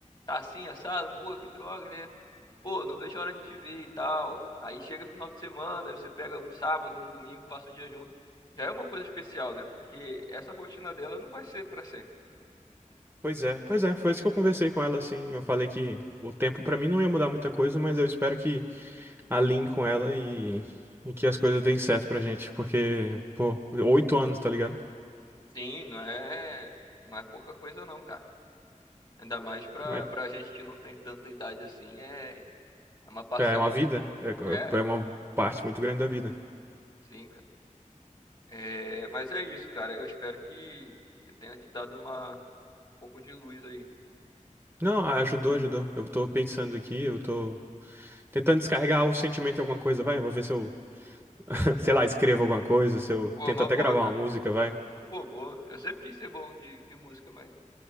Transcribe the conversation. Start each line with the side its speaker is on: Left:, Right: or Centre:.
Left: tá assim, assado? Pô, que droga, né? Pô, não vejo a hora de te ver e tal. Aí chega final de semana, aí você pega um sábado, um domingo, passa o dia junto. Já é uma coisa especial, né? Porque essa rotina dela não vai ser pra sempre.
Right: Pois é, pois é, foi isso que eu conversei com ela assim. Eu falei que o tempo pra mim não ia mudar muita coisa, mas eu espero que alinhe com ela e, e que as coisas deem certo pra gente, porque, pô, oito anos, tá ligado?
Left: Sim, não é, não é pouca coisa não, cara. Ainda mais pra,
Right: Mas
Left: pra gente que não tem tanta idade assim, é, é uma parcela,
Right: é uma vida, é,
Left: é,
Right: é uma parte muito grande da vida.
Left: sim, É, mas é isso, cara. Eu espero que, que tenha te dado uma, um pouco de luz aí.
Right: Não, ajudou, ajudou. Eu tô pensando aqui, eu tô tentando descarregar o sentimento em alguma coisa, vai. Eu Vou ver se eu, <laughs> sei lá, escrevo alguma coisa, se eu
Left: Pô,
Right: tento
Left: uma
Right: até
Left: boa,
Right: gravar
Left: cara.
Right: uma música, vai.
Left: Pô, boa. Eu sempre quis ser bom de, de música, mas,